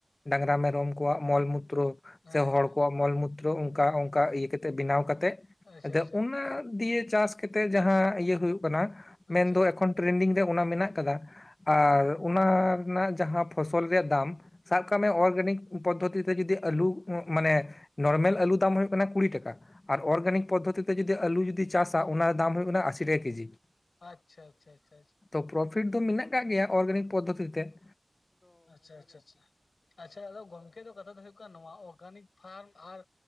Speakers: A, on the left (about 45°); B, on the left (about 85°).
A: ᱰᱟᱝᱨᱟ ᱢᱮᱨᱚᱢ ᱠᱚᱣᱟᱜ ᱢᱚᱞ ᱢᱩᱛᱨᱚ
B: ᱦᱮᱸ
A: ᱥᱮ ᱦᱚᱲ
B: ᱦᱮᱸ ᱦᱮᱸ
A: ᱠᱚᱣᱟᱜ ᱢᱚᱞ ᱢᱩᱛᱨᱚ ᱚᱱᱠᱟ ᱚᱱᱠᱟ ᱤᱭᱟᱹ ᱠᱟᱛᱮ ᱵᱮᱱᱟᱣ ᱠᱟᱛᱮᱫᱼᱼ
B: ᱟᱪᱪᱷᱟ
A: ᱟᱫᱚ
B: ᱟᱪᱪᱷᱟ
A: ᱚᱱᱟ ᱫᱤᱭᱮ ᱪᱟᱥ ᱾ ᱠᱟᱛᱮ ᱡᱟᱦᱟᱸ ᱤᱭᱟᱹ ᱦᱩᱭᱩᱜ ᱠᱟᱱᱟ ᱢᱮᱱ
B: ᱟᱪᱪᱷᱟ
A: ᱫᱚ
B: ᱟᱪᱪᱷᱟ ᱦᱮᱸ ᱦᱮᱸ ᱟᱪᱪᱷᱟ ᱟᱪᱪᱷᱟ ᱟᱪᱪᱷᱟ
A: ᱮᱠᱷᱚᱱ ᱴᱨᱮᱱᱰᱤᱝ ᱨᱮ ᱚᱱᱟ ᱢᱮᱱᱟᱜ ᱟᱠᱟᱫᱟ, ᱟᱨ ᱚᱱᱟ ᱨᱮᱱᱟᱜ ᱡᱟᱦᱟᱸ ᱯᱷᱚᱥᱚᱞ ᱨᱮᱭᱟᱜ ᱫᱟᱢ ᱥᱟᱵ ᱠᱟᱜ ᱢᱮ ᱚᱞᱨᱮᱰᱤ ᱯᱚᱫᱽᱫᱷᱚᱛᱤ ᱛᱤᱛᱮ ᱡᱩᱫᱤ ᱟᱞᱩ ᱢᱟᱱᱮ ᱱᱚᱨᱢᱮᱞ ᱟᱞᱩ ᱫᱟᱢ ᱦᱳᱭᱜ ᱠᱟᱱᱟ ᱠᱩᱲᱤ ᱴᱟᱠᱟ᱾ ᱟᱨ ᱚᱨᱜᱟᱱᱤᱠ ᱯᱚᱫᱽᱫᱷᱚᱛᱤ ᱛᱮ ᱡᱩᱚᱫᱤ ᱟᱞᱩ ᱡᱩᱫᱤ ᱪᱟᱥᱟ, ᱚᱱᱟ ᱫᱟᱢ ᱦᱩᱭᱩᱜᱜ ᱠᱟᱱᱟ ᱟᱥᱤ ᱴᱟᱠᱟ ᱠᱮᱡᱤ ᱾
B: ᱟᱪᱪᱷᱟ ᱟᱪᱪᱷᱟ ᱟᱪᱪᱷᱟ ᱟᱪᱪᱷᱟ ᱾
A: ᱛᱚ ᱯᱨᱚᱯᱷᱤᱴ ᱫᱚ ᱢᱮᱱᱟᱜ ᱠᱟᱜ ᱜᱮᱭᱟ ᱚᱨᱜᱟᱱᱤᱠ ᱯᱚᱫᱽᱫᱷᱚᱛᱤ ᱛᱤᱛᱮ ᱾
B: ᱟᱪᱪᱷᱟ ᱟᱪᱪᱷᱟ ᱟᱪᱪᱷᱟ ᱟᱪᱪᱷᱟ, ᱟᱫᱚ ᱜᱚᱝᱠᱮ ᱫᱚ ᱠᱟᱛᱷᱟ ᱫᱚ ᱦᱩᱭᱩᱜ ᱠᱟᱱᱟ ᱱᱚᱣᱟ ᱚᱨᱜᱟᱱᱤᱠ ᱯᱷᱟᱨᱢ ᱟᱨ